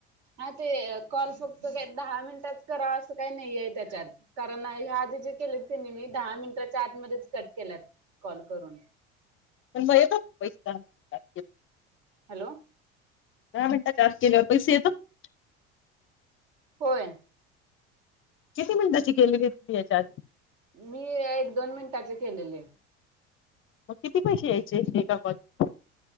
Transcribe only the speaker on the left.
पण मग येतात पैसे <unintelligible>
दहा मिनटाच्या आत केल्यावर पैसे येतात?
किती मिनटाची केेलेली तुम्ही याच्या आधी?
मग किती पैसे यायचे यांचे? <inaudible>